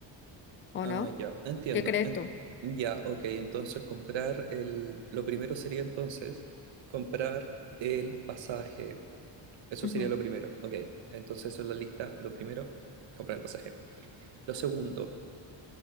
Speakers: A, on the left; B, on the right.
A: ¿o
B: Ah,
A: no?
B: ya, entiendo.
A: ¿Qué crees
B: En-
A: tú?
B: ya, ok, entonces comprar el... Lo primero sería entonces comprar el pasaje. Eso
A: Ujú,
B: sería lo primero, ok. Entonces eso es la lista. Lo primero, comprar el pasaje. Lo segundo,